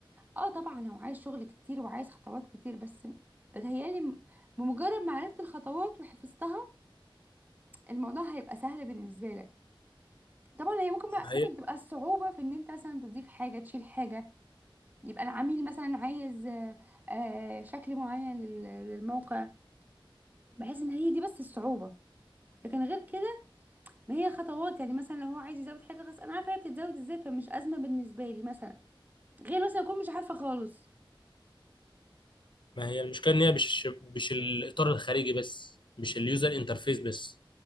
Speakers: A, on the right; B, on the left.
A: اه طبعا هو عايز شغل كتير وعايز خطوات كتير بس بتهيالي م- بمجرد ما عرفت الخطوات وحفظتها الموضوع هيبقى سهل بالنسبه لك طبعا هي ممكن بقى
B: ما هي
A: ممكن تبقى الصعوبه في ان انت مثلا تضيف حاجه تشيل حاجه يبقى العميل مثلا عايز آه، آه، شكل معين لل- للموقع بحيث ان هي دي بس الصعوبة لكن غير كده ما هي خطوات يعني مثلا لو هو عايز يزود حاجة خلاص انا عارفة هي بتتزود ازاي فمش أزمة بالنسبة لي مثلا غير مثلا اكون مش عارفة خالص
B: ما هي المشكله ان هي مش مش الاطار الخارجي بس مش اليوزر انترفيس بس